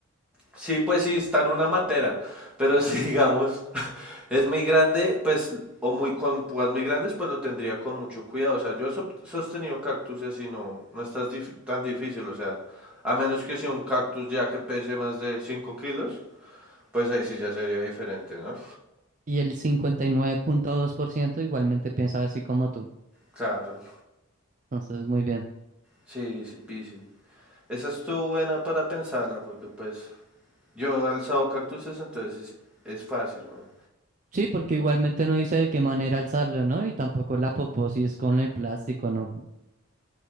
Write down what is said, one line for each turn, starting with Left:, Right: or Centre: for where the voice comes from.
Centre: Sí, pues sí, está en una matera, pero si digamos <laughs> es muy grande, pues, o muy con púas muy grandes, pues lo tendría con mucho cuidado. O sea, yo he so- sostenido cactuses y no, no está dif- tan difícil, o sea, a menos que sea un cactus ya que pese más de 5 kilos, pues ahí sí ya sería diferente, ¿no?
Right: Y el cincuenta y nueve punto dos por ciento igualmente piensa así como tú.
Centre: Claro,
Right: Entonces, muy bien.
Centre: sí, sí, sí. Esa estuvo buena para pensarla, porque pues Yo he alzado cactuses, entonces es, es fácil, weón.
Right: Sí, porque igualmente no dice de qué manera alzarlo, ¿no? Y tampoco la poposis con el plástico, ¿no?